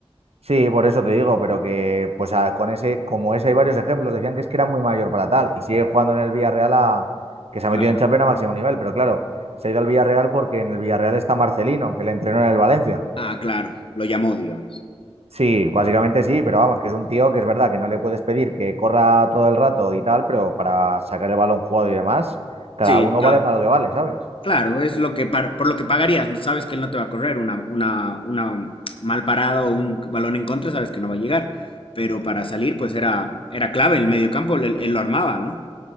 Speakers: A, on the right; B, on the left.
A: Sí, por eso te digo, pero que pues a- con ese, como ese hay varios ejemplos, decían que es que era muy mayor para tal y sigue jugando en el Villarreal a, que se ha metido
B: Claro.
A: en Champions a máximo nivel, pero claro, se ha ido al Villarreal porque en el Villarreal está Marcelino, que le entrenó en el Valencia.
B: Ah, claro, lo llamó, digamos.
A: Sí, básicamente sí, pero vamos, que es un tío que es verdad que no le puedes pedir que corra todo el rato y tal, pero para sacar el balón jugado y demás, cada
B: Sí,
A: uno
B: está.
A: vale para lo que vale, ¿sabes?
B: Claro, es lo que par- por lo que pagarías. ¿no? Sabes que él no te va a correr una, una, una mal parada o un balón en contra, sabes que no va a llegar. Pero para salir, pues era, era clave el medio campo, él, él lo armaba, ¿no?